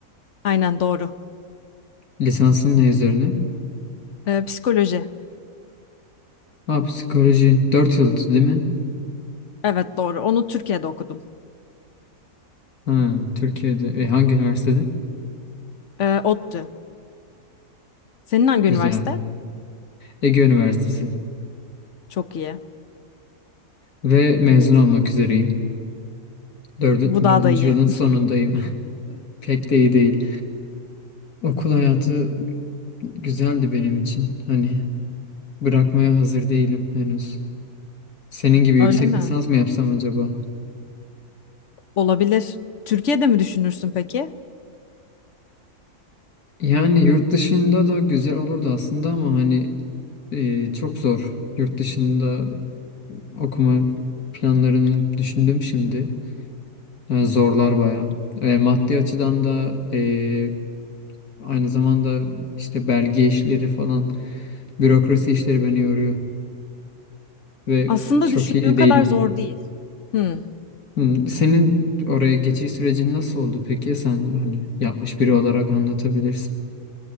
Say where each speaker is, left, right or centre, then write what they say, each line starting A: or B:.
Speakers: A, on the left; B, on the left.
A: Aynen doğru.
B: Lisansın ne üzerine?
A: Ee, psikoloji.
B: Ha psikoloji. 4 yıl değil mi?
A: Evet doğru. Onu Türkiye'de okudum.
B: Ha Türkiye'de. E, hangi üniversitede?
A: Ee, ODTÜ. Senin hangi
B: Güzel.
A: üniversite?
B: Ege Üniversitesi
A: Çok iyi.
B: ve mezun olmak üzereyim. Dördü,
A: Bu
B: dördüncü
A: daha da iyi.
B: yılın sonundayım. <laughs> Pek de iyi değil. Okul hayatı güzeldi benim için. Hani bırakmaya hazır değilim henüz. Senin gibi
A: <laughs> Öyle
B: yüksek
A: mi?
B: lisans mı yapsam acaba?
A: Olabilir. Türkiye'de mi düşünürsün peki?
B: Yani yurt dışında da güzel olurdu aslında ama hani e, çok zor. Yurt dışında okuma planlarını düşündüm şimdi. Yani zorlar bayağı. E, maddi açıdan da e, aynı zamanda işte belge işleri falan Bürokrasi işleri beni yoruyor ve
A: Aslında
B: çok
A: düşündüğün
B: iyi
A: kadar
B: değilim.
A: zor değil. Hmm.
B: Hmm, Senin oraya geçiş sürecin nasıl oldu peki? Sen hani yapmış biri olarak anlatabilirsin.